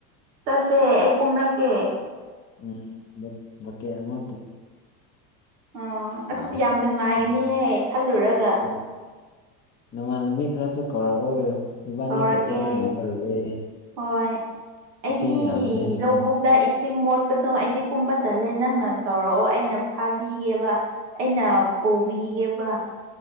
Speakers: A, on the right; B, on the left.
A: ꯆꯠꯁꯦ ꯑꯩ ꯀꯨꯝꯔꯛꯀꯦ
B: ꯎꯝ ꯍꯟꯗꯛ ꯕ‌ꯣꯀ‌ꯦ ꯑꯃꯨꯛ
A: ꯑ ꯑꯁ
B: ꯂꯥꯛꯑꯣ
A: ꯌꯥꯝ ꯅꯨꯡꯉꯥꯏꯒꯅꯤꯍꯦ
B: ꯎꯝ
A: ꯈꯜꯂꯨꯔꯒ
B: ꯎꯝ ꯅꯃꯥꯟꯅꯕꯤ ꯈꯔꯁꯨ ꯀꯧꯔꯛꯑꯣ ꯏꯕꯥꯅꯤ
A: ꯀꯧꯔꯛꯀꯦ
B: ꯈꯛꯇꯗꯤ ꯉꯝꯃꯔꯣꯏꯌꯦ
A: ꯍꯣꯏ ꯑꯩꯗꯤ
B: ꯏꯁꯤꯡ ꯌꯥꯝꯕꯅꯤꯅꯀꯣ
A: ꯂꯧꯕꯨꯛꯇ ꯏꯁ ꯁꯤꯡ ꯃꯣꯠꯄꯗꯣ ꯑꯩꯗꯤ ꯀꯨꯝꯕ ꯇꯜꯂꯦ ꯅꯪꯅ ꯇꯧꯔꯛꯑꯣ ꯑꯩꯅ ꯐꯥꯕꯤꯒꯦꯕ ꯑꯩꯅ ꯄꯨꯕꯤꯒꯦꯕ